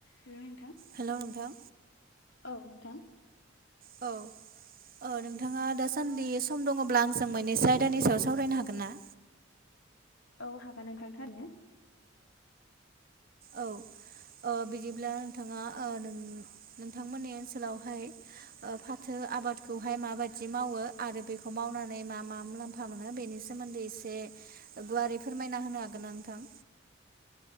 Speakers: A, on the left; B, on the right.
A: Hello नोंथां
B: hello नोंथां
A: औ नोंथां
B: औ अ नोंथाङा दासान्दि सम दङब्ला आंजों मोननैसो आयदानि सायाव सावरायनो हागोनना
A: औ हागोन नोंथां थारैनो
B: औ बिदिब्ला नोंथांङा नों नोंथांमोननि ओनसोलावहाय फाथो आबादखौहाय माबायदि मावो आरो बेखौ मावनानै मा मा मुलाम्फा मु्लामफा मोनो बेनि सोमोन्दै एसे गुवारै फोरमायना होनो हागोन ना नोंथां